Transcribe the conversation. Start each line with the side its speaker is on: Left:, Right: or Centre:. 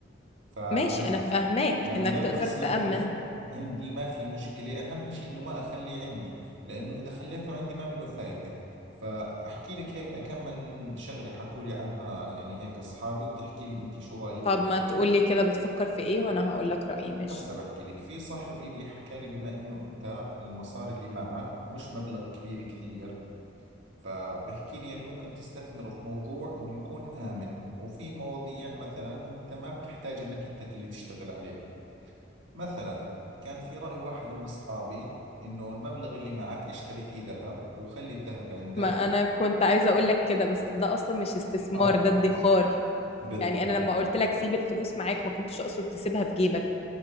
Right: فعادي
Left: ماشي أنا فاهماك
Right: يعني
Left: إنك
Right: لو
Left: تقدر
Right: خسرته
Left: تأمن
Right: عندي ما في مشكلة اهم اشي انه ما اخليه عندي لانه اذا خليته عندي ما منه فايدة فاحكي لك هيك كم من شغلة حكوا لي عنها يعني هيك اصحابي وتحكي لي انت شو رأيك
Left: طب
Right: اذا
Left: ما تقولي كده بتفكر في إيه وأنا هقول لك رأيي ماشي
Right: هسا بحكي لك في صاحب إلي حكى لي بما إنه أنت المصاري اللي معك مش مبلغ كبير كثير فبحكي لي يعني ممكن تستثمره في موضوع إنه يكون آمن وفي مواضيع مثلا أنت ما بتحتاج إنك أنت اللي تشتغل عليها مثلا كان في رأي واحد من أصحابي إنه المبلغ اللي معك اشتري فيه ذهب وخلي الذهب عندك
Left: ما أنا كنت عايزة أقول لك كده بس ده أصلا مش استثمار
Right: آه
Left: ده ادخار
Right: بالضبط
Left: يعني أنا لما قلت لك سيب الفلوس معاك ما كنتش أقصد تسيبها في جيبك